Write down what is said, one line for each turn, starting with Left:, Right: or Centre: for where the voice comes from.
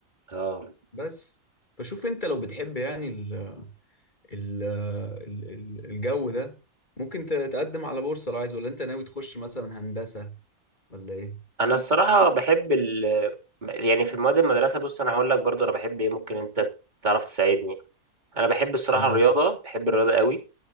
Right: اه
Left: بس فشوف انت لو بتحب يعني ال ال ال ال- الجو ده ممكن ت- تقدم على بورصه لو عايز ولا انت ناوي تخش مثلا هندسه ولا ايه
Right: انا الصراحه بحب ال يعني في مواد المدرسه بص انا هقول لك برضه انا بحب ايه ممكن انت تعرف تساعدني انا بحب الصراحه
Left: تمام
Right: الرياضه بحب الرياضه قوي